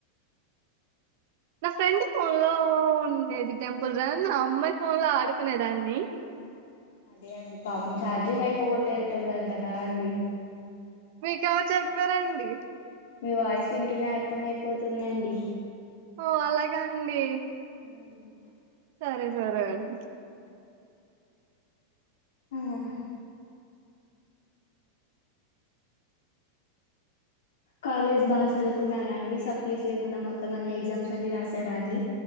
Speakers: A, on the right; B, on the left.
A: నా ఫ్రెండ్ ఫోన్ లో ఉండేది. టెంపుల్ రన్ ఆ అమ్మాయి ఫోన్ లో ఆడుకునేదాన్ని.
B: అదే అండి. పాపం ఛార్జింగ్ అయిపోగోట్టేటోలాంట కా అండి.
A: మీకెవరు చెప్పారండి.
B: మీ వాయిస్ వింటూనే అర్థం అయిపోతుందండి.
A: ఓ అలాగా అండి.
B: ఉహ్మ్
A: సరే సరే అండి
B: అహ్ కాలేజ్ బాగా చదువుకున్నారా అండి. సప్లీస్ లేకుండా మొత్తం అన్ని ఎగ్జామ్స్ అన్ని రాసారా అండి